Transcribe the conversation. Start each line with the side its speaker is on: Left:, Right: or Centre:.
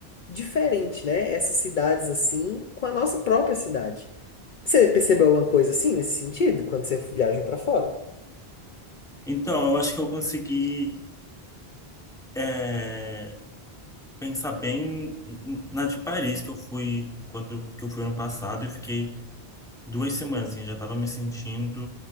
Left: diferente, né? Essas cidades assim, com a nossa própria cidade. Você percebeu alguma coisa assim nesse sentido quando você viaja pra fora?
Centre: Então, eu acho que eu consegui é, pensar bem na de Paris que eu fui quando que eu fui ano passado. Eu fiquei duas semanas, assim, já tava me sentindo